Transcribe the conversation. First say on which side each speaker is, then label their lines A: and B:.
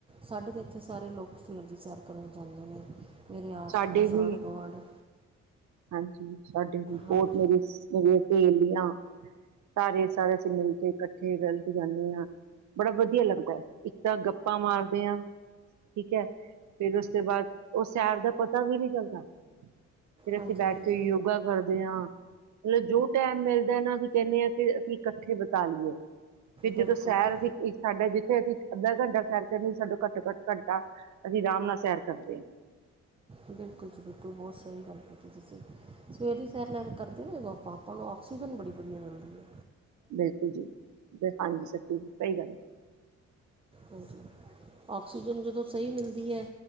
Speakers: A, on the right; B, on the right.
A: ਸਾਡੇ ਤਾਂ ਇੱਥੇ ਸਾਰੇ ਲੋਕ ਸਵੇਰ ਦੀ ਸੈਰ ਕਰਨ ਜਾਂਦੇ ਨੇ। ਮੇਰੇ ਆਸ-ਪਾਸ,
B: ਸਾਡੇ ਵੀ
A: ਆਂਡ-ਗੁਆਂਡ।
B: ਹਾਂਜੀ, ਸਾਡੇ ਵੀ
A: ਹਾਂਜੀ
B: ਬੋਤ ਮੇਰੀ, ਮੇਰੀਆਂ ਸਹੇਲੀਆਂ। ਸਾਰੇ-ਸਾਰੇ ਅਸੀ ਮਿਲ ਕੇ ਇਕੱਠੇ ਰਲ ਕੇ ਜਾਨੇ ਆਂ। ਬੜਾ ਵਦੀਆ ਲੱਗਦੈ, ਇੱਕ ਤਾਂ ਗੱਪਾਂ ਮਾਰਦੇ ਆਂ ਠੀਕ ਐ, ਫੇਰ ਉਸ ਤੇ ਬਾਦ, ਓ ਸੈਰ ਦਾ ਪਤਾ ਵੀ ਨੀ ਚੱਲਦਾ। ਫਿਰ ਅਸੀ
A: ਹਾਂਜੀ
B: ਬੈਠ
A: ਹਾਂਜੀ
B: ਕੇ ਯੋਗਾ ਕਰਦੇ ਆਂ। ਮਤਲਬ ਜੋ ਟੈਮ ਮਿਲਦੈ ਨਾ, ਅਸੀ ਕੈਨੇ ਆਂ ਕਿ ਅਸੀ ਕੱਠੇ ਬਿਤਾ ਲਈਏ। ਵੀ ਜਦੋ
A: ਬਿਲਕੁਲ
B: ਸੈਰ
A: ਜੀ
B: ਅਸੀ ਇੱਕ ਸਾਡਾ ਜਿੱਥੇ ਅਸੀ ਅੱਧਾ ਘੰਟਾ ਸੈਰ ਕਰਨੀ, ਸਾਡਾ ਘੱਟ-ਘੱਟ ਘੰਟਾ ਅਸੀ ਅਰਾਮ ਨਾਲ ਸੈਰ ਕਰਦੇ ਆਂ।
A: ਬਿਲਕੁਲ ਜੀ ਬਿਲਕੁਲ, ਬੋਤ ਸਈ ਗਾੱਲ ਕੀਤੀ ਤੂਸੀ, ਸਵੇਰ ਦੀ ਸੈਰ ਲੈਨ ਕਾਰ <unintelligible> ਆਪਾਂ ਨੂੰ ਆਕਸੀਜਨ ਬੜੀ ਵਦੀਆ ਮਿਲਦੀ ਏ।
B: ਬਿਲਕੁਲ ਜੀ, ਹਾਂਜੀ ਸੱਚੀ ਜੀ, ਸਈ ਗਾੱਲ ਏ।
A: ਹਾਂਜੀ, ਆਕਸੀਜਨ ਜਦੋਂ ਸਈ ਮਿਲਦੀ ਐ,